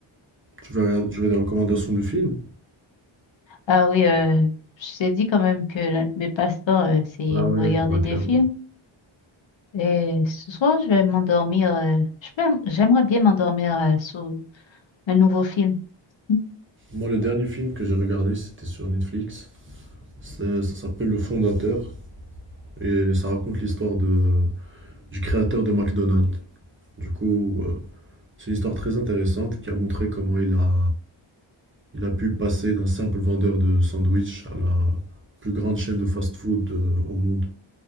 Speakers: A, on the right; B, on the left.
A: Tu veux regarder, tu veux des recommandations de films?
B: Ah oui, euh, je t'ai dit quand même que l'un de mes passe-temps, euh, c'est
A: Ah oui,
B: regarder
A: oui, bah,
B: des
A: clairement.
B: films. Et ce soir, je vais m'endormir. euh, je vais- j'aimerais bien m'endormir euh, sur un nouveau film. Mm.
A: Moi, le dernier film que j'ai regardé, c'était sur Netflix. C'est- Ça s'appelle Le Fondateur et ça raconte l'histoire de, du créateur de McDonald's. Du coup, euh, c'est une histoire très intéressante qui a montré comment il a, il a pu passer d'un simple vendeur de sandwich à la plus grande chaîne de fast-food euh, au monde.